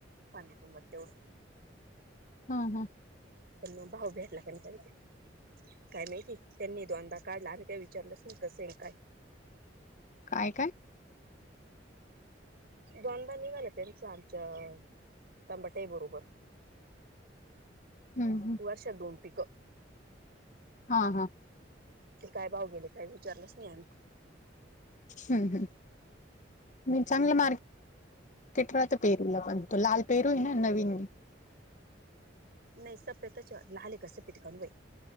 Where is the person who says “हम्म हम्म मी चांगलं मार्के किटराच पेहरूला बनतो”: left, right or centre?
Left